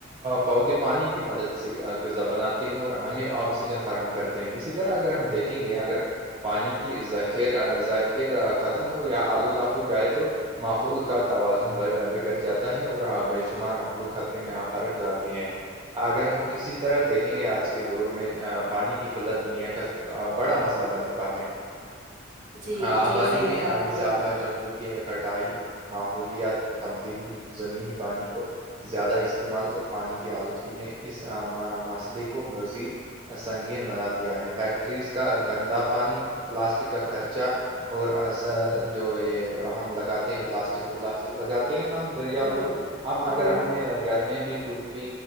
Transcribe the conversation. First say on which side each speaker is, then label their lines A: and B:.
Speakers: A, on the right; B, on the right.
A: پودے پانی کی مدد سے غذا بناتے ہیں اور ہمیں آکسیجن فراہم کر تے ہے اسی طرح اگر ہم دیکھیں گے اگر پانی کی ذخیر ذ خیرا ختم ہو یا آلودہ ہو جائے تو ماحول کا تواز زیا بگڑ جاتا ہے اور آ بے شمار مخلوق خطرے میں آپر جاتے ہیں اگر ہم اسی طرح دیکھیں گے آج کے دور میں پانی کی قلت دنیا کا بڑا مسئلہ بن چکا ہے
B: جی
A: آبادی
B: جی صحیح
A: میں
B: کہا
A: اضافہ
B: آپ نے
A: جنگلوں کی کٹائی ماحولیات تبدیلی زمینی پانی کو زیادہ است تعمال اور پانی کی آلودگی میں اس آما مسئلے کو مزید سنگین بنا دیا ہے فیکٹریز کا گندا پانی پلاسٹک کا خرچہ اور ایسا جو یے ہم لگاتے ہیں پلاسٹک ولاس ٹک لگاتے ہیں نا ہم دریابوں
B: ہوں
A: اب اگر
B: ہوں
A: ہمیں گھر میں بھی کچھ بھی